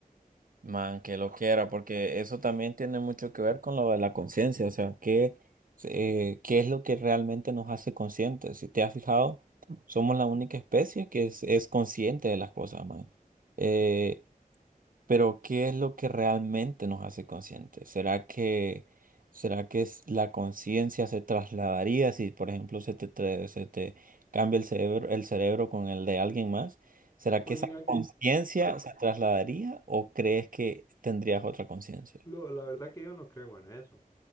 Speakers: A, on the right; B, on the left.
A: Man, que lo quiera porque eso también tiene mucho que ver con lo de la conciencia, o sea, ¿qué, eh, qué es lo que realmente nos hace conscientes? Si te has fijado, somos la única especie que es, es consciente de las cosas, man. Eh, Pero ¿qué es lo que realmente nos hace conscientes? ¿Será que, será que es- la conciencia se trasladaría si, por ejemplo, se te, tra- se te cambia el cerebro, el cerebro con el de alguien más? ¿Será
B: Pues
A: que esa
B: mira que,
A: conciencia
B: Lo,
A: se trasladaría o crees que tendrías otra conciencia?
B: lo- la verdad que yo no creo en eso.